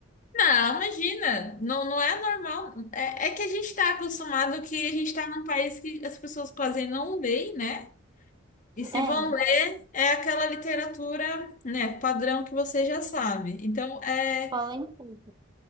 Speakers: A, on the left (about 35°); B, on the right (about 20°).
A: Não, imagina, não, não é normal. É, é que a gente está acostumado que a gente está num país que as pessoas quase não leem, né? E se
B: É,
A: vão ler, é aquela literatura, né, padrão que você já sabe. Então, é,
B: cola em tudo.